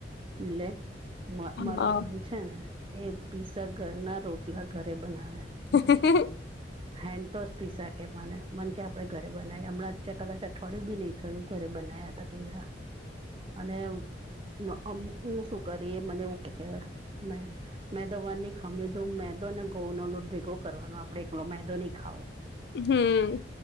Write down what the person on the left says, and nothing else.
હા
હ.
હમ્મ.